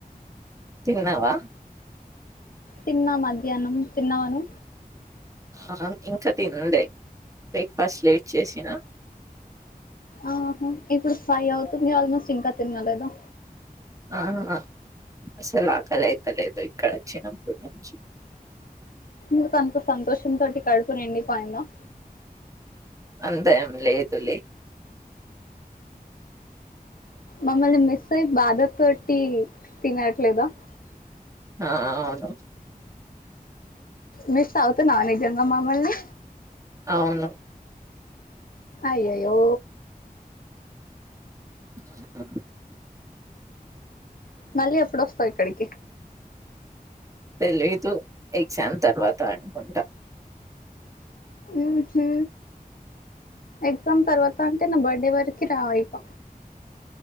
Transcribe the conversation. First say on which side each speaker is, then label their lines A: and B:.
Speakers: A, on the right (about 20°); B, on the left (about 65°).
A: తిన్నావా?
B: తిన్నా మధ్యాహ్నం తిన్నావను
A: ఆ ఇంకా తినుడే బ్రేక్ఫాస్ట్ లేట్ చేసినా
B: ఆహా ఇప్పుడు ఫై అవుతుంది ఆల్మోస్ట్ ఇంకా తినలేదా.
A: ఆహ అసలు ఆకలి అయితలేదు ఇక్కడ వచ్చినప్పుటి నుంచి
B: ఎందుకు అంత సంతోషం తోటి కడుపు నిండిపోయింద
A: అంతా ఏం లేదు లే
B: మమ్మల్ని మిస్ అయి బాధ తోటి తినట్లేదా
A: ఆ అవును
B: మిస్ అవుతున్నవా నిజంగా మామల్ని
A: అవును
B: అయ్యయ్యో
A: ఆ
B: మళ్ళీ ఎప్పుడువస్తావు ఇక్కడికి?
A: తెలీదు ఎగ్జామ్ తర్వాత అనుకుంటా
B: ఉహు ఎగ్జామ్ తర్వాత అంటే నా బర్త్డే వరకి రాయి ఇక